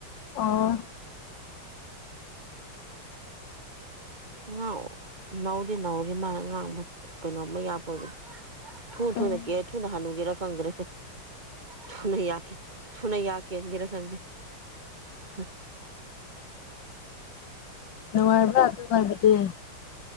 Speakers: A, on the left (about 65°); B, on the right (about 20°).
A: ꯑꯣ
B: ꯑꯉꯥꯡ ꯅꯥꯎꯗꯤ ꯅꯧꯔꯤ ꯃꯥꯅ ꯑꯉꯥꯡ ꯀꯩꯅꯣꯝ ꯃꯌꯥ ꯑꯣꯏꯕꯗꯣ ꯊꯨꯅ ꯊꯨꯅ
A: ꯎꯝ
B: ꯀꯦ ꯊꯨꯅ ꯍꯅꯨꯒꯦꯔꯥ ꯈꯪꯗ꯭ꯔꯦ ꯊꯨꯅ ꯌꯥ ꯀꯦ ꯊꯨꯅ ꯌꯥ ꯀꯦꯟꯒꯦꯔ ꯈꯪꯗꯦ ꯍ
A: ꯅꯨꯡꯉꯥꯏꯔꯤꯕ ꯑꯗꯨ ꯉꯥꯢꯕꯗꯤ